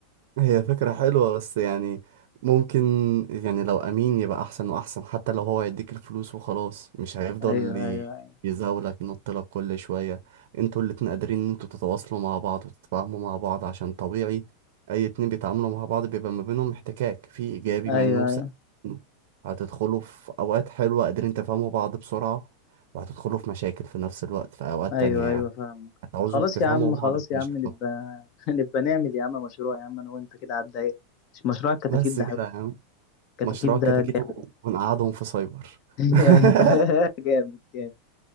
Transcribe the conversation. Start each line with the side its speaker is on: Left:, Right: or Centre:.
Right: هي فكرة حلوة بس يعني ممكن يعني لو أمين يبقى أحسن وأحسن حتى لو هو هيديك الفلوس وخلاص مش هيفضل
Left: ايوه
Right: ي-
Left: ايوه
Right: يزاولك ينطلك كل شوية انتوا الاتنين قادرين ان انتوا تتواصلوا مع بعض وتتفاهموا مع بعض عشان طبيعي أي اتنين بيتعاملوا مع بعض بيبقى ما بينهم احتكاك في إيجابي
Left: ايوه
Right: منه وسلبي
Left: ايوه
Right: منه هتدخلوا في أوقات حلوة قادرين تفهموا بعض بسرعة وهتدخلوا في مشاكل في نفس الوقت في أوقات
Left: ايوه
Right: تانية يعني
Left: ايوه فاهمك
Right: هتعوزوا
Left: خلاص
Right: تفهموا
Left: يا عم خلاص
Right: بعض في
Left: يا
Right: مشاكل
Left: عم نبقى <laughs> نبقى نعمل يا عم مشروع يا عم انا وانت كده على الضيق مش مشروع الكتاكيت
Right: بس
Left: ده
Right: كده
Left: حلو
Right: يا عم
Left: الكتاكيت
Right: مشروع
Left: ده
Right: كتاكيت
Left: جامد
Right: ونقعدهم في سايبر
Left: <laughs>
Right: <laughs>
Left: ايوه <laughs> جامد جامد